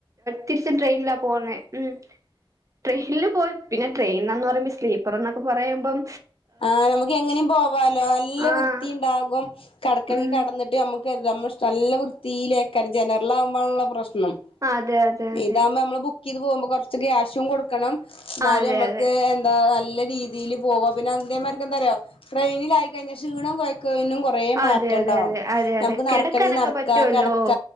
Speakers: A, on the right; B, on the left.
A: തിരിച്ചും ട്രെയിനിലാ പോണേ ഉ ട്രെയിനിില് പോയി പിന്നെ ട്രെയിൻന്ന് പറയുമ്പോ സ്ലീപ്പർ എന്നൊക്കെ പറയുമ്പോം
B: ആഹ നമുക്ക് എങ്ങനും പോവാാലോ നല്ല
A: ആഹ്
B: വൃത്തിയ ഉണ്ടാകും കടക്കണെങ്കി
A: ഉം
B: കടന്നിട്ട് നമുക്ക് നല്ല വൃത്തിയിലേക്കാ ജനറാാവുമ്പാനുള്ള പ്രശ്നം
A: അതെ അതെ
B: ഉ
A: അതെ
B: ഇതാവകുമ്പോ നമ്മ ഇത് പോകുമ്പോ കുറച്ച് ക്യാഷും കൊടുക്കണം എന്നാലും
A: ആഹ് അതെ
B: നമ്മുക്ക്
A: അതെ
B: എന്താ നല്ല രീതിൽ പോവാ പിന്നെ അേമാർക്ക എന്താറോ ട്രെയിനൽായിയി കഴിഞ്ഞൽ ക്ഷീണം കൊ കൊറ മാറ്റം
A: അതെ അതെ
B: ഉണ്ടാാവും
A: അതെ അതെ
B: നമക്ക്
A: അതെ കിടക്കാനൊക്കെ
B: നടക്കെങ്കിൽ നടക്ക
A: പറ്റുവല്ലോ
B: കിടക്ക